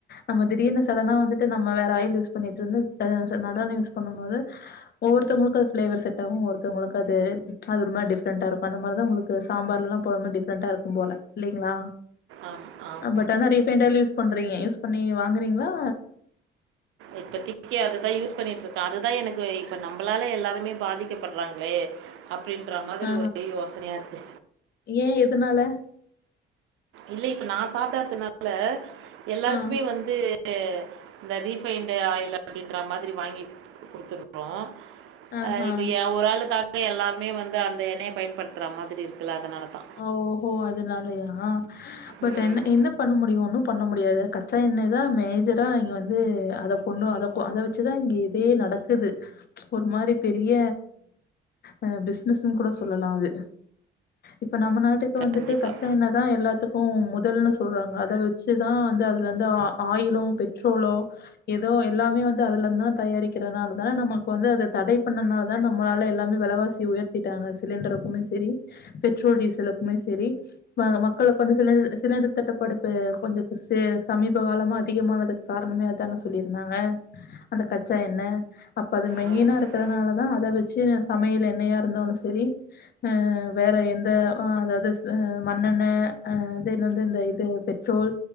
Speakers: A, on the left (about 55°); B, on the right (about 85°).
A: நம்ம திடீர்னு சடனா வந்துட்டு நம்ம வேற ஆயில் யூஸ் பண்ணிட்ருந்து த நல்லெண்ண யூஸ் பண்ணும் போது ஒவ்வொருவத்தவங்களுக்கு அது ஃபிளேவர் செட் ஆகு ஒவ்வொருத்தவங்களுக்கு அது அது ஒரு மாரி டிஃபரண்டா இருக்கு அந்த மாரிதா உங்களுக்கு சாம்பார்லல்லா போடம்போது டிஃப்ரெண்டா இருக்கும் போல இல்லைங்ளா
B: ஆமா ஆமா
A: பட் ஆனா ரீஃபைண்ட் ஆயில் யூஸ் பண்றீங்க யூஸ் பண்ணி வாங்குறீங்களா
B: இப்பதிக்கி அதுதான் யூஸ் பண்ணிட்டு இருக்க அதுதான் எனக்கு இப்ப நம்மளால எல்லாருமே பாதிக்கப்படுறாங்களே அப்டின்ற மாதிரி
A: ஆ
B: ஒரே யோசனையா இருக்கு
A: ஏ எதனால
B: இல்ல இப்ப நான் சாப்டாதுனால எல்லாருக்குமே
A: ஆ
B: வந்து இந்த ரீ இப்ப இந்த ஆயில் அப்டின்ற மாதிரி வாங்கி குடுத்துட்டு இருக்குறோம்
A: ஆஹா
B: ஆ இப்ப ஒரு ஆளுக்காக எல்லாருமே வந்து அந்த எண்ணையை பயன்படுத்துற மாதிரி இருக்குல்ல அதனாலதா
A: ஓஹோ அதனாலயா பட்
B: ம்
A: என்ன என்ன பண்ண முடியு ஒன்னு பண்ண முடியாது கச்சா எண்ணெய் தான் மேஜரா நீங்கள் வந்து அதை கொண்டும் அதை அதை வச்சு தான் இங்கே இதே நடக்க இருக்குது ஒரு மாதிரி பெரிய அ பிசினஸ்ன்னு கூட சொல்லலாம் அது இப்ப நம்ம நாட்டுக்கு வந்துட்டு
B: கண்டிப்பாக
A: கச்சா எண்ணெய் தான் எல்லாத்துக் கும் முதல்னு சொல்றாங்க அதை வச்சுதான் வந்து அதுலருந்து ஆயிலும் பெட்ரோலோ ஏதோ எல்லாமே வந்து அதுல இருந்து தான் தயாரிக்கிறதுனால தானே நமக்கு வந்து அத தடை பண்ணனால தான் நம்மளால எல்லாமே வெலவாசி சி உயர்த்திட்டாங்க சிலிண்டருக்குமே சேரி பெட்ரோல் டீசலுக்குமே சேரி ம மக்களுக்கு வந்து சிலிண்டர் தட்டுப்பாடுப்பு கொஞ்சம் சமீப காலமா அதிகமா காரணமே அதான் சொல்லியிருந்தாங்க அந்த கச்சா என்ன அப்ப அது மெயினா
B: ஆ
A: இருக்கறனாலதான் அத வச்சு சமையல் என்னயா இருந்தாலும் செரி அ வேற என் இந்த ஆ அதாவது மண்ணெண்ண ஆ அது வந்து இந்த இது பெட்ரோல்